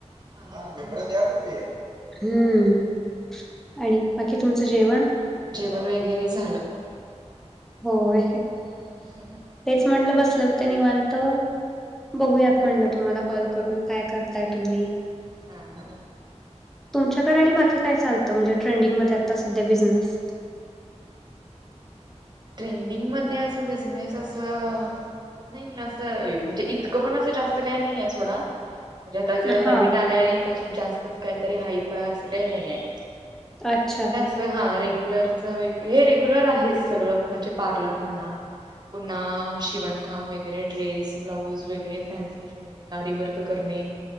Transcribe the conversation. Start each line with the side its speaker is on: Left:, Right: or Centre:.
Right: हा <unintelligible>
Centre: हम्म. आणि बाकी तुमचं जेवण
Right: जेवण वगैरे झालं.
Centre: होय.
Right: हम्म.
Centre: म्हटलं बसले होते निवांत. बघूयात म्हटलं तुम्हाला कॉल करून काय करताय तुम्ही.
Right: हा हा.
Centre: तुमच्याकडे आणि बाकी काय चालतं म्हणजे ट्रेंडिंग मध्ये आता सध्या बिझनेस.
Right: ट्रेंडिंग मध्ये असं बिझनेस असं. नाही असं म्हणजे इतकं पण असं जास्त काही नाही आहे सोडा. म्हणजे आता जर नवीन
Centre: हा
Right: आल्या आणि त्याची जास्तच काहीतरी हायफाय असं का नाही आहे.
Centre: अच्छा.
Right: हा रेग्युलर हे रेग्युलर आहे सगळं म्हणजे पार्लर म्हणा. पुन्हा शिवणकाम वगैरे ड्रेस ब्लाऊज वगैरे फॅन्सी. आरी वर्क करणे.